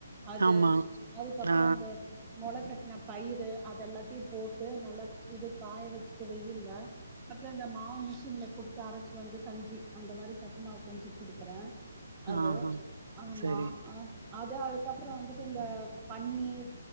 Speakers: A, on the right (about 15°); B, on the right (about 65°).
A: அது
B: ஆமா
A: அதுக்கப்பறோ
B: ஆ
A: இந்த மொள கட்ன பயிர் ரு அது எல்லாத்தயு போட்டு நல்லா இது காய வச்சுட்டு வெயில்ல அப்பற இந்த மாவு மிஷின்ல குடுத்து அரச்சு வந்து கஞ்சி அந்த மாரி சத்து மாவு கஞ்சி குடுக்குறே அது
B: ஆஹா
A: ஆமா
B: சரி
A: ஆ அது அதுக்கப்பறோ வந்துட்டு இந்த பன்னீர்